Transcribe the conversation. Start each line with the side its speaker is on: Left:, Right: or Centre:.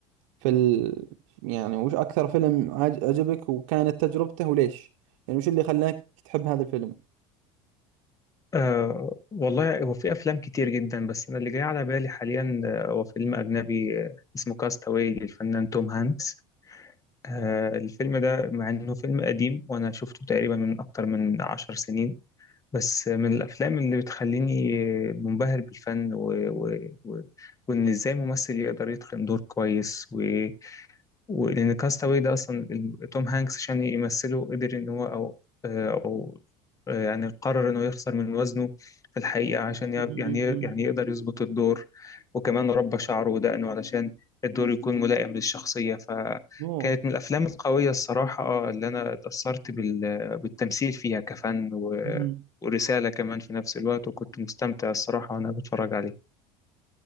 Right: في ال... يعني وش أكثر فيلم عج- عجبك وكانت تجربته وليش يعني وش اللي خلاك تحب هذا الفيلم
Left: آه والله هو في أفلام كتير جدا بس أنا اللي جاي على بالي حاليا آه، هو فيلم أجنبي آه، اسمه كاستاوي للفنان توم هانكس آه الفيلم ده مع إنه فيلم قديم وأنا شفته تقريبا من أكتر من عشر سنين بس من الأفلام اللي بتخليني منبهر بالفن و... و... و... وإن إزاي ممثل يقدر يتقن دور كويس و... ولأن كاستاوي ده أصلا ال- توم هانكس عشان يمثله قدر إن هو أو آه، أو آه، يعني قرر إنه يخسر من وزنه في الحقيقة عشان ي-
Right: مم.
Left: يعني يعني يقدر يظبط الدور وكمان ربى شعره ودقنه علشان الدور يكون ملائم للشخصية فكانت
Right: أوه.
Left: من الأفلام القوية الصراحة آه، اللي أنا اتأثرت بال- بالتمثيل فيها كفن و-
Right: مم.
Left: ورسالة كمان في نفس الوقت وكنت مستمتع الصراحة وأنا بتفرج عليه